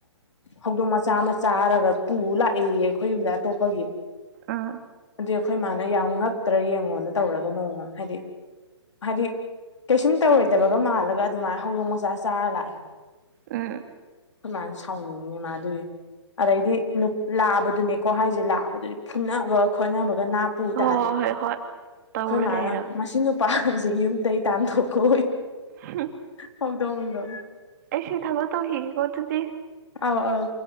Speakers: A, on the left; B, on the right.
A: ꯍꯧꯗꯣꯡ ꯃꯆꯥ ꯑꯃ ꯆꯥꯔꯒ ꯄꯨ ꯂꯥꯛꯏ ꯈꯣꯏꯌꯨꯝꯗ ꯑꯇꯣꯞꯄꯒꯤ
B: ꯎꯝ
A: ꯑꯗ ꯈꯣꯏ ꯃꯥꯅ ꯌꯥꯝ ꯉꯛꯇ꯭ꯔ ꯌꯦꯡꯉꯣꯅ ꯇꯧꯔꯒ ꯅꯣꯡꯃ ꯍꯥꯏꯗꯤ ꯍꯥꯏꯗꯤ ꯀꯩꯁꯨꯝ ꯇꯧꯔꯣꯏꯗꯕꯒ ꯃꯥꯜꯂꯒ ꯑꯗꯨꯃꯥꯏꯅ ꯍꯧꯗꯣꯡ ꯃꯆꯥ ꯆꯥꯔ ꯂꯥꯛꯑꯦ
B: ꯎꯝ
A: ꯈ‌ꯣꯏ ꯃꯥꯅꯁꯥꯎꯅꯤꯡꯏꯅ‌ꯦ ꯃꯥꯗꯨꯏ ꯑꯗꯩꯗꯤ ꯂꯥꯕꯗꯨꯅꯦꯀꯣ ꯍꯥꯏꯖꯦ ꯂꯥꯕꯗꯨꯗꯤ ꯐꯨꯅꯕꯒ ꯈꯣꯠꯅꯕꯒ ꯅꯥꯞ ꯄꯨ
B: ꯍꯣꯏ
A: ꯇꯥꯗꯦ
B: ꯍꯣꯏ
A: ꯑꯩꯈꯣꯏ
B: ꯍꯣꯏ ꯍꯣꯏ ꯇꯧꯔ
A: ꯃꯥꯅ
B: ꯂꯩꯔꯕꯅꯦ
A: ꯃꯁꯤ ꯅꯨꯄꯥꯁꯦ ꯌꯨꯝꯗꯒꯤꯩ ꯇꯥꯟꯊꯣꯛꯈꯣ
B: ꯍꯨꯝ
A: ꯍꯧꯗ‌ꯣꯡꯗ‌ꯣ
B: ꯑꯦꯁꯤ ꯊꯕ ꯇꯧ ꯍꯤ ꯀꯗꯨꯗꯤ
A: ꯑꯥꯎ ꯑꯥꯎ